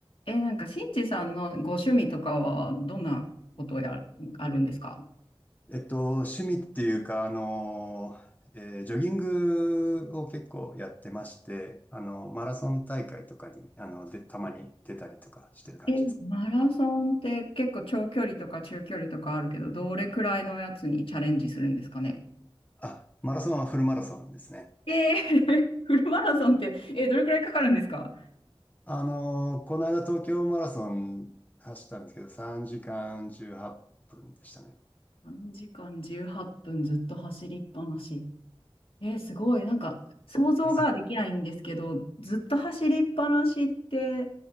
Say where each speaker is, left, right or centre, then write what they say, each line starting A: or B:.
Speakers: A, on the left (about 70°); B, on the left (about 15°).
A: えー、なんか、しんじさんのご趣味とかは、どんなことをやる、あるんですか
B: えっと、趣味っていうか、あの、えージョギングを結構やってまして、あの、マラソン大会とかに、あの、で、たまに出たりとかしてる感じです。
A: え、マラソンって結構長距離とか中距離とかあるけど、どれくらいのやつにチャレンジするんですかね
B: あ、マラソンはフルマラソンですね。
A: えー <laughs> フルマラソンって、えーどれくらいかかるんですか
B: あの、この間東京マラソン走ったんですけど、3時間18分でしたね。
A: ?3 時間18分ずっと走りっぱなし。えーすごい。なんか、想像ができないんですけど、
B: <laughs>
A: ずっと走りっぱなしって、